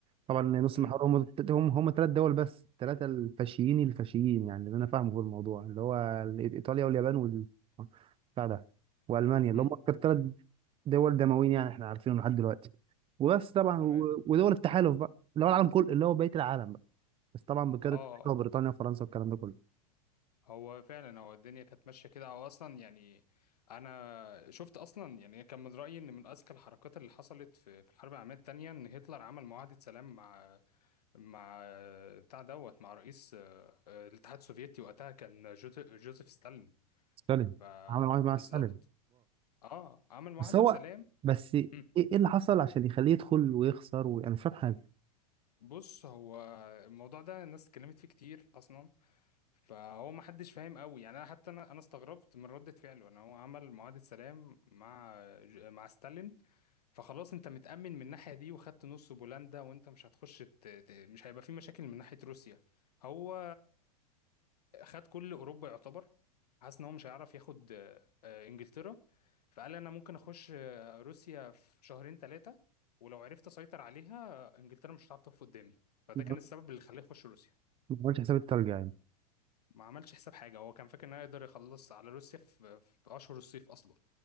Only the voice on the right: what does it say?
طبعا نص
محوري هم هم هم ثلاث دول بس الثلاثه الفاشيين الفاشيين يعني اللي انا فاهمه في الموضوع اللي هو ال- ايطاليا واليابان وال بتاع ده والمانيا اللي
هم اكتر ثلاث دول دمويين يعني احنا عارفينهم لحد دلوقتي وبس طبعا
و- ودول التحالف بقى اللي هو العالم كله اللي هو بقيه العالم بقى بس طبعا بقياده
أمريكا وبريطانيا وفرنسا والكلام ده كله
سالم
عملوا معاك مع سالم
بس هو
بس ايه
إيه اللي حصل عشان يخليه يدخل ويخسر وانا مش فاهم حاجه
ما
ما عملش حساب الترجع يعني